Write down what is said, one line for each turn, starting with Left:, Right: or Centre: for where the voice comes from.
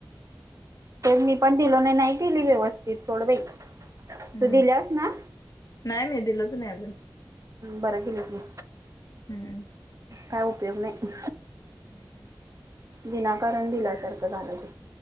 Right: मी पण दिलो नाही नाही दिली व्यवस्थित सोड बाई.
Left: हम्म
Right: तू दिलेस ना
Left: नाही मी दिलोच नाही अजून
Right: बरं केलीस मग.
Left: हम्म
Right: काय उपयोग नाही.
Left: हम्म
Right: विनाकारण दिल्यासारखं झालं ते.